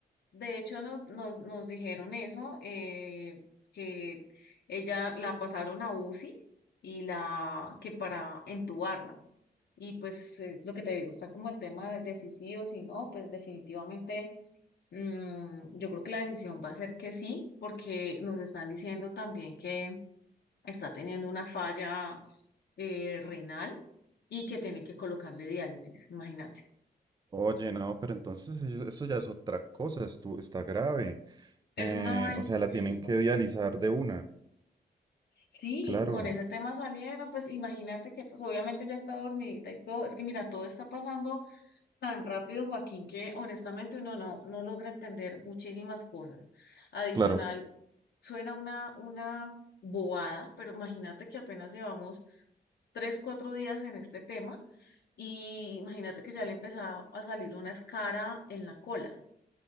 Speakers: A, on the left (about 75°); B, on the right (about 25°).
A: De hecho, nos, nos, nos dijeron eso, eh, que ella la pasaron a UCI y la que para entubarla. Y pues eh, lo que te digo, está como el tema de, de si sí o si no, pues definitivamente mm, yo creo que la decisión va a ser que sí, porque nos están diciendo también que está teniendo una falla eh, renal y que tiene que colocarle diálisis, imagínate.
B: Oye, no, pero entonces eso eso ya es otra cosa, esto está grave.
A: Es
B: Eh,
A: una vaina,
B: o sea, la
A: sí,
B: tienen que dializar de una.
A: Sí,
B: Claro,
A: con ese tema salieron, pues imagínate que pues obviamente ya está dormidita y todo, es que mira, todo está pasando tan rápido, Joaquín, que honestamente uno no, no logra entender muchísimas cosas. Adicional,
B: claro.
A: suena una, una bobada, pero imagínate que apenas llevamos tres, cuatro días en este tema y imagínate que ya le empezaba a salir una escara en la cola.